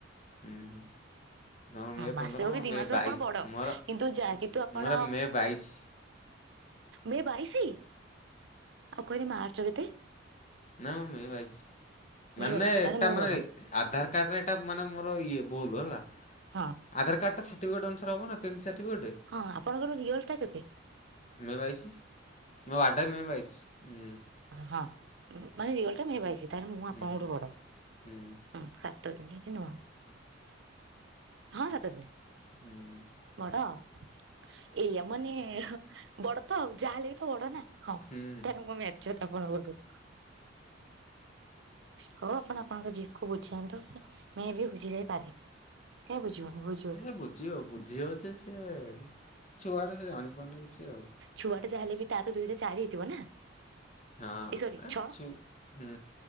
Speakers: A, on the left; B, on the right.
A: ହୁଁ ହୁଁ। ତୋର ମେ ପନ୍ଦର
B: ମାସେ ହଉ କି
A: ମୋର
B: ଦି
A: ମେ
B: ମାସ ହଉ
A: ବାଇଶି
B: ଆପଣ ବଡ
A: ମୋର
B: କିନ୍ତୁ ଯା କିନ୍ତୁ ଆପଣ
A: ମୋର ମେ ବାଇଶି। <inaudible>
B: ମେ ବାଇଶି ଆଉ କହିଲେ ମାର୍ଚ୍ଚ କେତେ?
A: ନା ମୋ ମେ ବାଇଶି
B: ମେ
A: ମାନେ
B: ବାଇଶି
A: ଏଟାମେ
B: ତାହେଲେ ମୁଁ ବଡ
A: ଆଧାର କାର୍ଡରେ ଏଟା ମାନେ ମୋର ଇଏ ଭୁଲ ହେଲା।
B: ହଁ।
A: ଆଧାର କାର୍ଡଟା ସର୍ଟିଫିକେଟ ଅନୁସାରେ ହବ ନା ଟେନ୍ଥ ସାର୍ଟିଫିକେଟ।
B: ହଁ ଆପଣଙ୍କର ରିଅଲ ଟା କେବେ
A: ମେ ବାଇସି ମୋ ବାୱଡ ମେ ବାଇଶି।
B: ହଁ ମାନେ ତାହେଲେ ମୁଁ
A: ହୁଁ
B: ଆପଣଙ୍କଠୁ ବଡ।
A: ହୁଁ
B: ହୁଁ ସାତ ଦିନ ବି ନୁହଁ ହଁ ସାତ ଦିନ।
A: ହୁଁ।
B: ବଡ ଆଉ ଏଇଆ ମାନେ ବଡ ତ ଆଉ ଯାହାହେଲେ ବି ମୁଁ ବଡ ନା। ହଁ
A: ହୁଁ
B: ତାେଲେ ମୁଁ ମ୍ୟଚୁଅର୍ ଆପଣ ଠୁ। ହଉ ଆପଣ ଆପଣଙ୍କ ଜିଏଫ୍ କୁ ବୁଝାନ୍ତୁ ସେ ମେ ବି ବୁଝି ଯାଇ ପାରେ କାହିଁ ବୁଝିବନି ବୁଝ
A: ଏ ବୁଝିବ ବୁଝିିବ ଯେ ସ ଛୁଆଡ଼େ ସେ ଜାଣିପାରୁନି କିଛି ଆଉ।
B: ଛୁଆ ଟା ଯାହାହେଲେ ବି ତା ସହିତ କିଛି ଚାଲ ହେଇଥିବ ନା।
A: ହଁ
B: ଏ ସରି
A: ଆସଚୁ
B: ଛଅ
A: ହୁଁ।